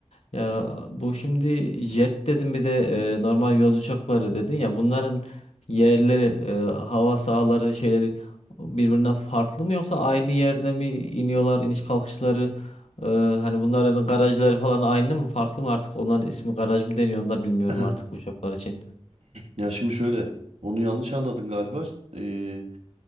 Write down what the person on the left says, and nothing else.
Ya bu şimdi jet dedim bir de eee, normal yolcu uçakları dedin ya bunların yerleri eee, hava sahaları şeyleri birbirinden farklı mı yoksa aynı yerde mi iniyorlar iniş kalkışları? Ee, hani bunların garajları falan aynı mı farklı mı artık onların ismi garaj mı deniyor onu da bilmiyorum
artık uçaklar için.